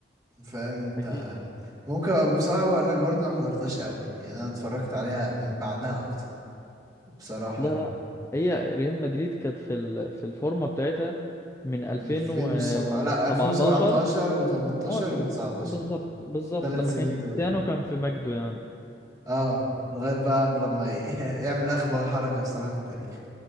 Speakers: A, on the right (about 20°); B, on the left (about 15°).
A: فاهم انت
B: اكيد
A: ممكن بصراحه بقول لك برضه انا ما حضرتهاش قوي يعني انا اتفرجت عليها من بعدها اكتر بصراحه
B: لا
A: يعني.
B: لا هي ريال مدريد كانت في ال- في الفورمه بتاعتها من 2017
A: 2007 لا 2017 و18
B: هو 2000
A: و19
B: بالظبط بالظبط
A: ثلاث
B: لما
A: سنين
B: كان كريستيانو
A: دول
B: كان في مجده يعني
A: اه لغاية بقى لما ي- <laughs> يعمل أخبى حركة بصراحة في التاريخ